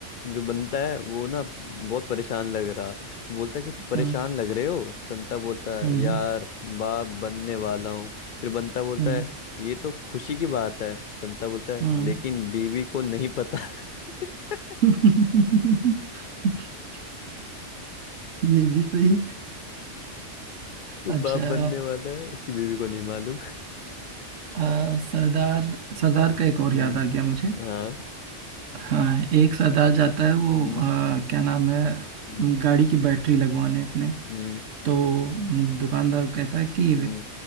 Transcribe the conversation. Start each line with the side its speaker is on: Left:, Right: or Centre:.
Left: जो बनता है वो ना बहुत परेशान लग रहा बोलता कि
Right: हम्म
Left: परेशान लग रहे हो संता बोलता है
Right: हम्म
Left: यार बाप बनने वाला हूँ फिर बनता बोलता
Right: हम्म
Left: है ये तो खुशी की बात है संता बोलता है
Right: हम्म।
Left: लेकिन बीवी को नहीं पता <laughs>
Right: <laughs> ये ये भी सही है।
Left: वो
Right: अच्छा
Left: बाप बनने वाला है उसकी बीवी को नहीं मालूम
Right: आ, सरदार सरदार
Left: हम्म,
Right: का एक और याद आ गया मुझे
Left: हाँ
Right: हाँ एक सरदार जाता है वो
Left: हम्म
Right: आ, क्या नाम है
Left: हम्म
Right: म, गाड़ी की बैटरी लगवाने अपने
Left: हम्म
Right: तो म, दुकानदार कहता है कि
Left: हम्म,